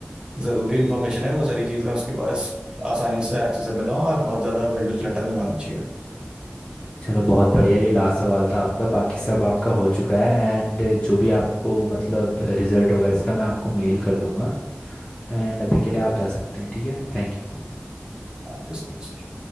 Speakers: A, on the right (about 20°); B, on the left (about 25°).
A: जरूरी इंफॉर्मेशन है वो सारी चीजें उसके पास आसानी से एक्सेसिबल हो और बहुत ज्यादा विजुअल क्लटर नहीं होना चाहिए
B: चलो बहुत बढ़िया ये लास्ट सवाल था आपका बाकी सब आपका हो चुका है एंड जो भी आपको मतलब रिजल्ट होगा इसका मैं आपको मेल कर दूंगा एंड अभी के लिए आप जा सकते हैं ठीक है थैंक यू
A: Thank you so much